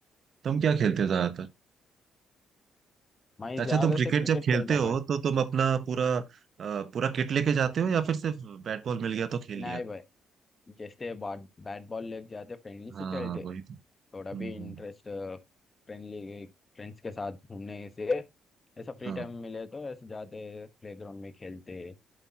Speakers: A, on the right (about 55°); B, on the left (about 30°).
A: तुम क्या खेलते हो ज्यादातर
B: मैं
A: अच्छा
B: ज्यादा
A: तुम क्रिकेट
B: से क्रिकेट
A: जब खेलते
B: खेलता
A: हो
B: भाई
A: तो तुम अपना पूरा अ, पूरा किट लेके जाते हो या फिर सिर्फ बैट बॉल मिल गया तो खेल लिया
B: नहीं भाई जैसे बाट बैट बॉल लेके जाते फ्रेंडली से
A: हाँ
B: खेलते
A: वही तो हम्म
B: थोड़ा भी
A: हम्म,
B: इंटरेस्ट फ्रेंडली फ्रेंड्स के साथ घूमने से ऐसा फ्री
A: हाँ
B: टाइम मिले तो ऐसे जाते प्लेग्राउंड में खेलते